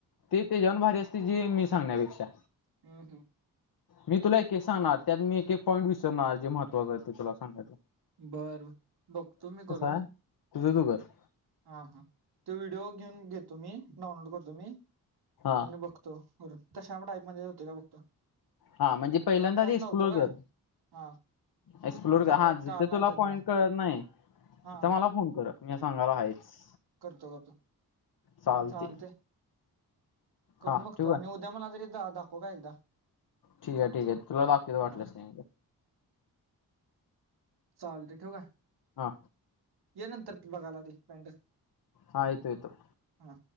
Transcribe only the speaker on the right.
ह्म हं.
बरं बरं बघतो मी करून
हा हा ते व्हिडिओ घेऊन घेतो मी डाउनलोड करतो मी
आणि बघतो तो तशा टाईपमध्ये होतोय का बघतो.
तुला फोन
लावतो काय
हा
जर
काय कळालं
नाही
तर
मला
हा
करतो करतो
चालतय करून
बघतो
आणि
उद्या मला तरी दाखव काय एकदा.
हा
चालतय ठेऊ काय?
ये नंतर बघायला ते पॅन्ट
हा